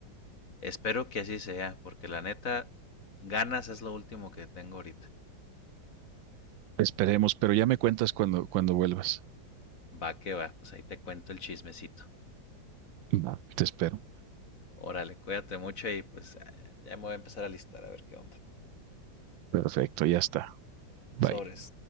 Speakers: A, on the left (about 45°); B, on the right (about 80°).
A: Espero que así sea, porque la neta, ganas es lo último que tengo ahorita.
B: Esperemos, pero ya me cuentas cuando, cuando vuelvas.
A: Va que va, pues ahí te cuento el chismecito.
B: Va. Te espero.
A: Órale, cuídate mucho y pues ya me voy a empezar a listar a ver qué onda.
B: Perfecto, ya está. Bye.
A: Sobres.